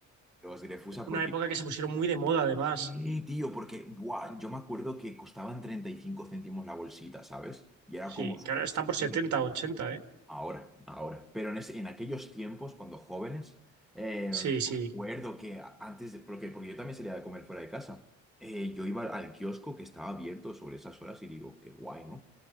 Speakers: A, in the centre; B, on the right (about 75°).
A: Los Grefusa porque...
B: una época que se pusieron muy de moda además.
A: Sí, tío, porque buah, yo me acuerdo que costaban 35 céntimos la bolsita, ¿sabes? Y era como
B: Sí,
A: súper
B: que ahora están
A: accesible.
B: por setenta ochenta ¿eh?
A: Ahora, ahora. Pero en, ese- en aquellos tiempos, cuando jóvenes, eh,
B: Sí,
A: me
B: sí,
A: acuerdo que a- antes de, porque, porque yo también salía de comer fuera de casa, eh, yo iba al kiosco que estaba abierto sobre esas horas y digo, qué guay, ¿no?